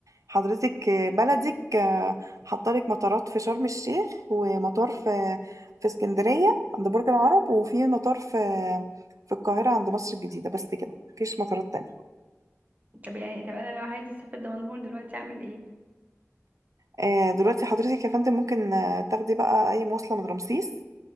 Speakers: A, on the right; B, on the right.
A: حضرتك بلدك حطلك مطارات في شرم الشيخ ومطار في في اسكندرية عند برج العرب وفي مطار في في القاهرة عند مصر الجديدة بس كده مفيش مطارات تانية
B: طب يعني طب انا لو عايزه اسافر دمنهور دلوقتي اعمل ايه
A: آه، دلوقتي حضرتك يا فندم ممكن آه، تاخدي بقى أي مواصلة من رمسيس